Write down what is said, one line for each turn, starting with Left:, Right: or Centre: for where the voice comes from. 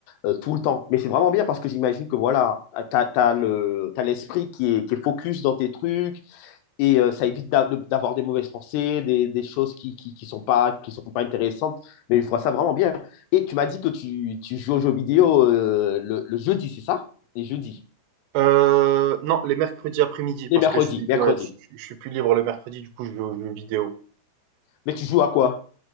Left: euh, tout le temps. Mais c'est vraiment bien parce que j'imagine que voilà, ah, t'as, t'as le, t'as l'esprit qui est, qui est focus dans tes trucs et euh, ça évite d'a- de- d'avoir des mauvaises pensées, des, des choses qui, qui, qui sont pas, qui sont pas intéressantes. Mais je vois ça vraiment bien. Et tu m'as dit que tu, tu joues aux jeux vidéo euh, le, le jeudi, c'est ça? Les jeudis.
Right: Heu, non, les mercredis après-midi
Left: Les
Right: parce
Left: mercredis,
Right: que je suis
Left: mercredi.
Right: ouais, je je je suis plus libre le mercredi, du coup, je vais aux jeux vidéo.
Left: Mais tu joues à quoi?